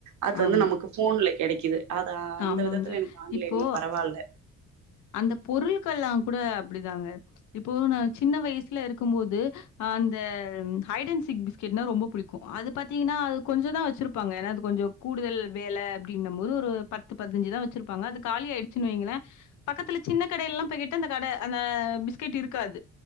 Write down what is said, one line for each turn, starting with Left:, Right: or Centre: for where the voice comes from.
Right: அது வந்து
Left: ஆமா,
Right: நமக்கு போன்ல கெடைக்கிது அது அந்த
Left: ஆமாங்க.
Right: விதத்துல எனக்கு ஆன்லைன்ல
Left: இப்போ
Right: பரவால்ல
Left: அந்த பொருள்கள்லா கூட அப்டிதாங்க இப்போ நா சின்ன வயசுல இருக்கும் போது அந்த ஹைடன் சீக் பிஸ் கெட்னா ரொம்ப புடிக்கு அது பாத்திங்கன்னா அது கொஞ்ச தா வச்சுருப்பாங்க ஏன்னா அது கொஞ்சோ கூடுதல் வேல அப்டின்னம்போது ஒரு பத்து பதினஞ்சுதா வச்சிருப்பாங்க அது காலியாயிடுச்சுனு வைங்களே பக்கத்துல சின்ன கடைல்லா போய் கேட்டா அந்த கட அந்த பிஸ்கட் இருக்காது